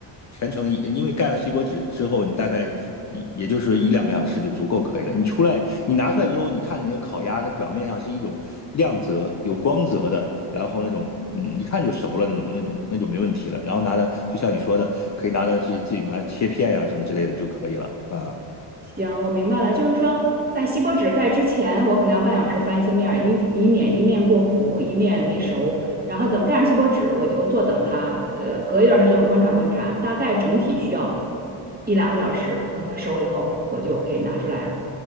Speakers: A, on the left; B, on the right.
A: 全程一，因为盖上锡箔纸之后，你大概也就是一两个小时就足够可以了。你出来，你拿出来之后，你看你那个烤鸭，那表面上是一种亮泽、有光泽的，然后那种嗯，一看就熟了那种、那种、那就没问题了。然后拿的，就像你说的，可以拿着去自己拿切片呀、什么之类的就可以了啊，
B: 行，我明白了，就是说，在锡箔纸盖之前，我可能要半小时翻一次面儿，以以免一面过糊，一面没熟。然后等盖上锡箔纸，我就坐等它，呃，隔一段时间我观察观察，大概整体需要一两个小时，等它熟了以后，我就可以拿出来，